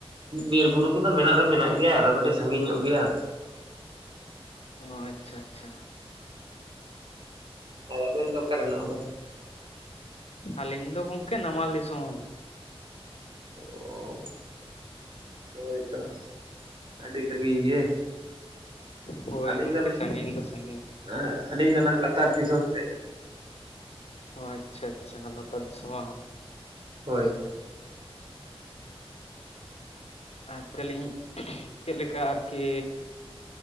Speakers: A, on the right; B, on the left.
A: ᱵᱤᱨ ᱵᱩᱨᱩ ᱠᱚᱫᱚ ᱢᱮᱱᱟᱜ ᱫᱚ ᱢᱮᱱᱟᱜ ᱜᱮᱭᱟ, ᱟᱫᱚ ᱠᱟᱹᱴᱤᱡ ᱥᱟᱺᱜᱤᱧ ᱧᱚᱜ ᱜᱮᱭᱟ᱾
B: ᱚ ᱟᱪᱪᱷᱟ ᱟᱪᱪᱷᱟ᱾
A: ᱛᱚ ᱟᱵᱮᱱ ᱫᱚ ᱚᱠᱟᱨᱮ <unintelligible>
B: ᱟᱹᱞᱤᱧ ᱫᱚ ᱜᱚᱢᱠᱮ ᱱᱟᱢᱟᱞ ᱫᱤᱥᱚᱢ᱾
A: ᱚᱻ᱾ ᱦᱳᱭ ᱛᱚ ᱟ. ᱰᱤ ᱥᱟᱺᱜᱤᱧ ᱜᱮ᱾
B: ᱦᱳᱭ
A: ᱟᱹᱞᱤᱧ
B: ᱜᱚᱝᱠᱮ
A: ᱫᱚ <inaudible>
B: ᱥᱟᱺᱜᱤᱧ ᱫᱚ ᱥᱟᱺᱜᱤᱧ
A: ᱦᱮᱸ ᱟᱹᱞᱤᱧ ᱫᱚ ᱚᱱᱟ ᱞᱟᱛᱟᱨ ᱫᱤᱥᱚᱢ ᱥᱮᱫ᱾
B: ᱚ ᱟᱪᱪᱷᱟ ᱟᱪᱪᱷᱟ ᱞᱟᱛᱟᱨ ᱫᱤᱥᱚᱢ ᱵᱟᱸ᱾
A: ᱦᱳᱭ᱾
B: ᱟᱨ ᱛᱟᱞᱤᱧ ᱪᱮᱫ ᱞᱮᱠᱟ ᱟᱨᱠᱤ